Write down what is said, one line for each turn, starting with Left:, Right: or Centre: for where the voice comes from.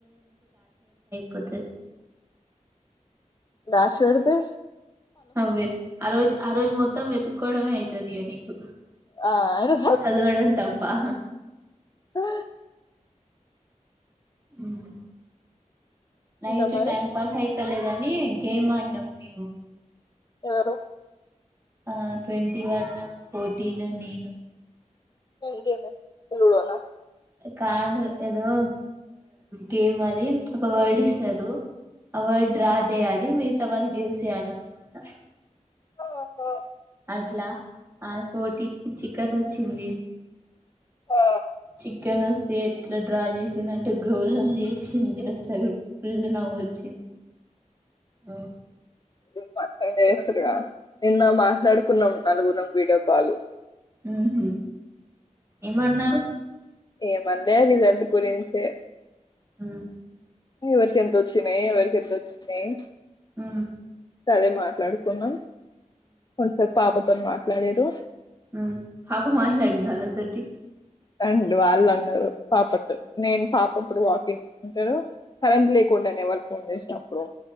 Right: పోతది.
Left: దాశిపెడితే
Right: అవే ఆ రోజు ఆ రోజు మొత్తం వెతుక్కోవడమే అయతది ఇగ నీకు.
Left: ఆ అయినా
Right: చదవడం తప్పా.
Left: ఆ
Right: ఉమ్. నైట్
Left: ఇంకా మరి
Right: టైమ్ పాస్ అయితలేదని గేమ్ ఆడినాం మేము.
Left: ఎవరు?
Right: ఆ ట్వంటీ వన్, ఫోర్టీన్, నేను.
Left: ఏం గేమే లుడోనా.
Right: కాదు ఏదో గేమ్ అది ఒక వైడి ఇస్తారు. అ వైడ్ డ్రా చేయాలి మిగతా వాళ్ళు గెస్ చేయాలన్నమాట
Left: <unintelligible>
Right: ఇట్లా ఆ పోటీకి చికెన్ అచ్చింది
Left: ఆ
Right: చికెన్ వస్తే ఎట్లా డ్రా చేసిందంటే ఘోరం చేసింది అస్సలు ఫుల్ నవ్వు వచ్చింది, ఉ
Left: నిన్న <unintelligible> నిన్న మాట్లాడుకున్నాం నాలుగురం వీడియో కాలు
Right: ఉహు ఏమన్నారు
Left: ఏమన్లే రిజల్ట్ గురించే
Right: ఉ
Left: ఎవరికి ఎంత వచ్చినాయి, ఎవరికి ఎంత వచ్చినాయి,
Right: ఉ
Left: అదే మాట్లాడుకున్నాం కొన్సేపు పాపతో మాట్లాడిర్రు.
Right: ఉమ్ పాప మాట్లాడింద అల్లతోటి
Left: రండి వాళ్ళు అన్నారు, పాపతో నేను పాప ఇప్పుడు వాకింగ్ ఉంటారు. కరెంట్ లేక కుండెనే వాల్ ఫోన్ చేసినప్పుడు